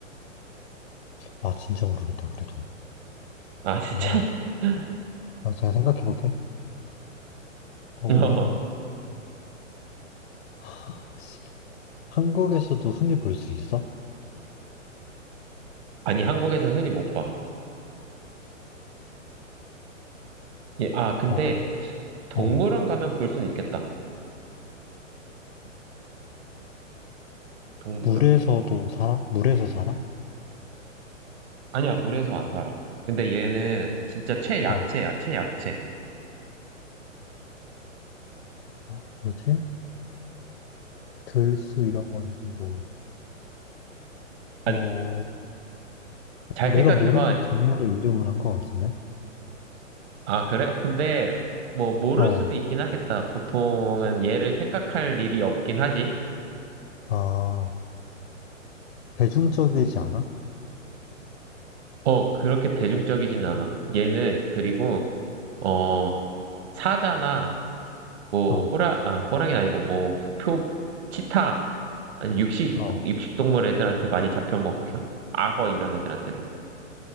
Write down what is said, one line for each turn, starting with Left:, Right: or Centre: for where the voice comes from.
Left: 아, 진짜 모르겠다, 그래도.
Right: 아, 진짜?
Left: 그러면,
Right: <laughs>
Left: 아, 제가 생각해 볼게. 어,
Right: 어,
Left: 하, 씨, 한국에서도 흔히 볼 수 있어?
Right: 아니, 한국에서 흔히 못 봐. 얘- 아, 근데
Left: 어,
Right: 동물원
Left: 어,
Right: 가면 볼 수는 있겠다. 동물원.
Left: 물에서도 살아? 물에서 살아?
Right: 아니야, 물에서 안 살아. 근데 얘는 진짜 최약체야,
Left: 어,
Right: 최약체.
Left: 어, 뭐지? 들수 이런 건 아니고,
Right: 아,
Left: 어,
Right: 잘
Left: 내가
Right: 생각해봐.
Left: 모르는 동물의 이름을 한 것 같은데?
Right: 아, 그래? 근데 뭐 모를
Left: 어,
Right: 수도 있긴 하겠다. 보통은 얘를 생각할 일이 없긴 하지.
Left: 아, 대중적이지 않아?
Right: 어, 그렇게 대중적이진 않아. 얘는 그리고 어 사자나 뭐
Left: 어,
Right: 호랑 아 호랑이는 아니고 뭐표 치타 아니 육식
Left: 어,
Right: 육식 동물 애들한테 많이 잡혀 먹혀. 악어 이런 애들한테도.